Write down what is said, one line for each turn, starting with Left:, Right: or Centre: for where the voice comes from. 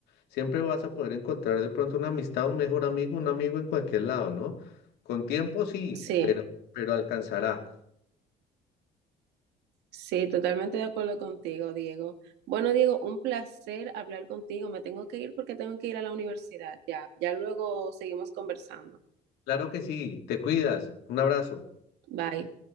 Left: Siempre vas a poder encontrar de pronto una amistad, un mejor amigo, un amigo en cualquier lado, ¿no? Con tiempo sí,
Right: Sí.
Left: pero, pero alcanzará.
Right: Sí, totalmente de acuerdo contigo, Diego. Bueno, Diego, un placer hablar contigo. Me tengo que ir porque tengo que ir a la universidad. Ya, ya luego seguimos conversando.
Left: Claro que sí, te cuidas, un abrazo.
Right: Bye.